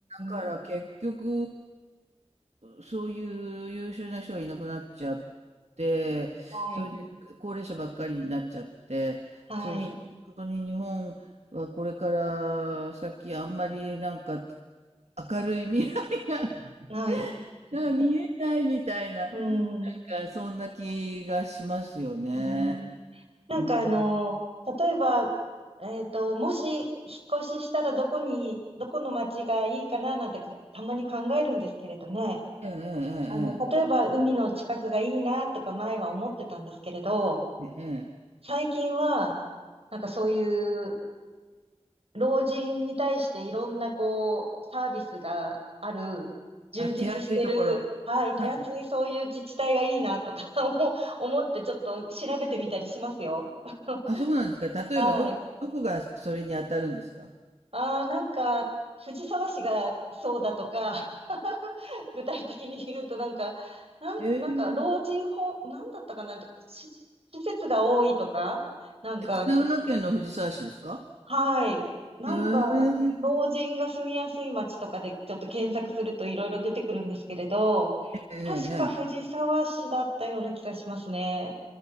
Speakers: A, on the right; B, on the right.
A: から結局、
B: ん、
A: そういう優秀な人がいなくなっちゃって、
B: はい、
A: それで高齢者ばっかりになっちゃって、
B: はい、
A: そうすると本当に日本はこれから先あんまりなんか明るい未来が <laughs>
B: はい、
A: なんか見えないみたいな、
B: うーん、
A: なんかそんな気がしますよね。
B: うん、なんかあの、
A: うん。
B: 例えば、えっと、もし引っ越ししたらどこに、どこの町がいいかななんてか、たまに考えるんですけれどね。
A: えええ
B: あの、例えば海の近くがいいなとか前は思ってたんですけれど、
A: えええ。ええ。
B: 最近は、なんかそういう老人に対していろんなこう、サービスがある、充実してる、
A: あ、手厚いところ。
B: はい、手厚いそういう自治体がいいなとか
A: はい。
B: <laughs> 思ってちょっと調べてみたりしますよ。<laughs>
A: あ、そうなんですか。例えば、
B: はい。
A: どこ、どこがそれに当たるんですか
B: ああ、なんか、藤沢市がそうだとか、<laughs> 具体的に言うとなんか、なん、
A: ええ
B: なんか、老人ホーム、なんだったかな、し施設が多いとか、なんか、
A: え、神奈川県の藤沢市ですか
B: はい、なんか、
A: ええ
B: 老人が住みやすい街とかでちょっと検索するといろいろ出てくるんですけれど、
A: ええええ
B: 確か藤沢市だったような気がしますね。